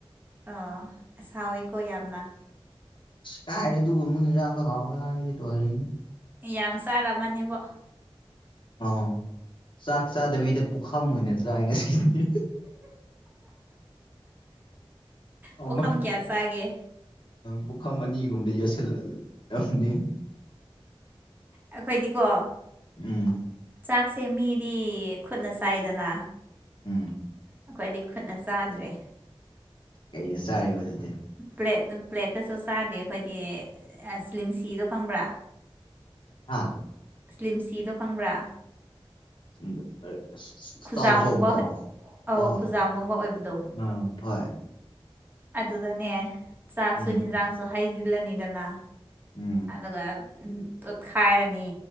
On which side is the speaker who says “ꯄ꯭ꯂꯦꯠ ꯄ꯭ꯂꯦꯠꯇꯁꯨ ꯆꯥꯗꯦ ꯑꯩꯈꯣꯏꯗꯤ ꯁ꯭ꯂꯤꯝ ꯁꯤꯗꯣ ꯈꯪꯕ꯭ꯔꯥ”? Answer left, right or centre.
Right